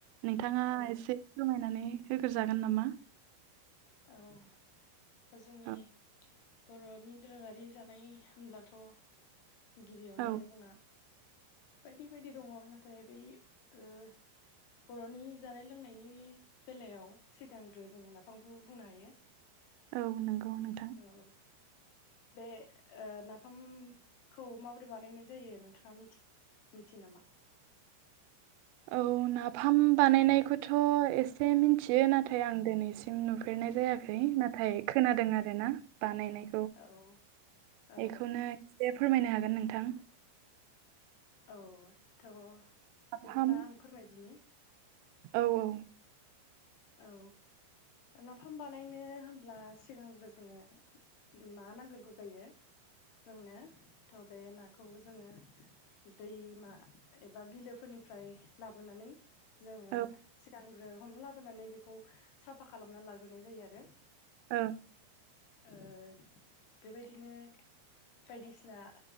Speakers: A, on the right; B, on the left.
A: नोंथाङा
B: औ
A: एसे जमायनानै होग्रजागोन नामा
B: औ दा जोंनि
A: औ
B: बर'नि दोरोङारि जानाय होनब्लाथ' गिबियावनो
A: औ
B: जोंना बायदि बायदि दङ नाथाय बै ओ बर'नि जानाय लोंनायनि बेलायाव सिगांग्रो जोङो लााफांखौ बुंनो हायो
A: औ नंगौ नोंथां
B: औ ‌। बे नाफामखौ माबोरै बानायनाय जायो नोंथाङा मिथि मिथि नामा?
A: औ नाफाम बानायनायखौथ' एसे मिन्थियो नाथाय आं दिनैसिम सिम नुफेरनाय जायाखै नाथाय खोनादों आर ना बानायनाय
B: औ औ
A: बेखौनो खसे फोरमायनो हागोन नोंथां
B: औ थ'
A: नाफाम
B: बिदिब्ला आं फोरमायदिनि
A: औ औ।
B: औ नाफाम बानायनो होनब्ला सिगांग्रो जोङो ना नांग्रगौ जायो जोंनो‌ थ' बे नाखौ जोङो दैमा एबा बिलोफोरनिफ्राय लाबोनानै जोङो
A: औ
B: सिगांग्रो हमना लाबोनानै बेखौ साफा खालामना लाग्रोनाय जायो आरो
A: ओ
B: ओ बेबायदिनो बायदिसिना